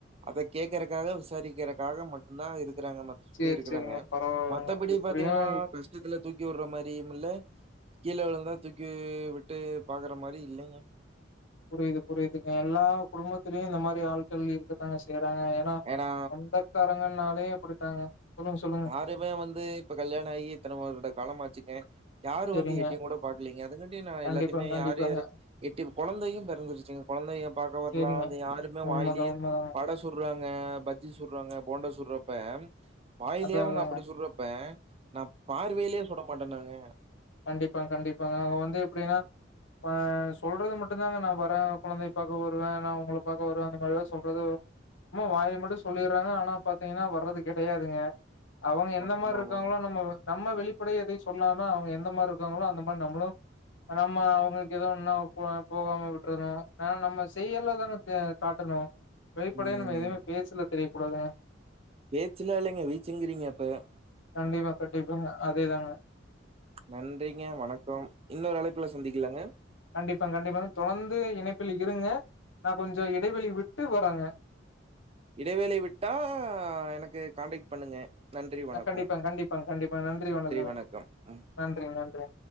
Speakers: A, on the right (about 30°); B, on the left (about 85°).
A: அத கேக்குறக்காக விசாரிக்கிறக்காக மட்டுந்தா இருக்கிறாங்கமா சுத்தி
B: சரி,
A: இருக்கறாங்க
B: சரிங்க. பரவால்லங்க.
A: மத்தபடி
B: எப்டியும்
A: பாத்தீங்கன்னா கஷ்டத்துல தூக்கி உடுற மாதியு இல்ல கீழ விழுந்தா தூக்கி விட்டு பாக்குற மாரியு இல்லைங்க
B: புரியுது புரியுதுங்க எல்லா குடும்பத்திலயு இந்த மாதிரி ஆட்கள் இருக்கத்தாங்க செய்யறாங்க அ‌
A: ஏன்னா
B: சொந்தக்காரங்கனாலே அப்டித்தாங்க சொல்லுங்க சொல்லுங்க
A: இதுமே வந்து இப்ப கல்யாணமாகி இத்தன வருட காலம் ஆச்சிங்க யாரு
B: சரிங்க
A: வந்து எட்டியு கூட பாக்கலீங்க அதுங்காட்டியும் நா
B: கண்டிப்பாங்க
A: எல்லாத்தையுமே
B: கண்டிப்பாங்க
A: யாரு யாரு எட்டி குழந்தையு பிறந்துருச்சுங்க குழந்தைய பாக்க வரலா
B: சரிங்க
A: வந்து யாருமே
B: உண்மதா
A: வாயிலயே
B: உண்மதாங்க
A: வட சுட்றாங்க பஜ்ஜி சுட்றாங்க போண்டா சுட்றப்ப வாயிலயே
B: அதா
A: அவங்க
B: அதாங்க
A: அப்டி சுட்றப்ப நா பார்வையிலயே சுட மாட்டனாங்க
B: கண்டிப்பா கண்டிப்பாங்க அவங்க வந்து எப்டின்னா ஆ சொல்றது மட்டுந் தாங்க நா வறே கொழந்தய பாக்க வருவே நா உங்கள பாக்க வருவே அந்த மாரிதா சொல்றது சும்மா வாயில மட்டு சொல்லிறாங்க ஆனா பாத்தீங்கன்னா வர்றது கெடையாதுங்க அவங்க எந்த
A: ஆமா
B: மாரி இருக்காங்களோ
A: ஆமாங்க
B: நம்ம நம்ம வெளிப்படையா எதயு சொல்லாம அவங்க எந்த மா றி இருக்காங்களோ அந்த மாரி நம்மளு நம்ம அவங்களுக்கு ஏதோ ஒன்னுனா போகாம விட்றணு ஏனா நம்ம செயல்ல தாங்க காட்டணு வெளிப்படையா
A: ம்
B: நம்ம எதுமே பேஸ்ல தெரிய கூடாதுங்க
A: பேச்சுலா இல்லைங்க வீச்சுங்றீங்க அப்பவே
B: கண்டிப்பா கட்டிப்பாங்க அதேதாங்க
A: நன்றிங்க வணக்கம் இன்னொரு அழைப்புல சந்திக்லாங்க
B: கண்டிப்பாங்க கண்டிப்பாங்க தொடந்து இணைப்பில இருங்க நா கொஞ்சோ இடைவெளி விட்டு வர்றேங்க
A: இடைவேளை விட்டா எனக்கு கான்டேக்ட் பண்ணுங்க நன்றி வணக்கம்
B: அ கண்டிப்பாங்க கண்டிப்பாங்க கண்டிப்பா நன்றி வணக்கங்க
A: வணக்கம் ம்
B: நன்றி நன்றி